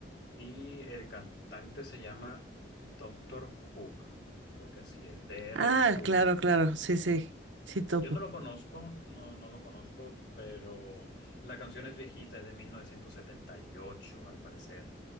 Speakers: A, on the left (about 60°); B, on the right (about 75°).
A: y el cantante se llama Doctor Hook, creo que así es, Dr.
B: Ah,
A: Hook.
B: claro, claro. Sí, sí. Sí, topo.
A: Yo no lo conozco, no, no lo conozco, pero la canción es viejita, es de 1978, al parecer,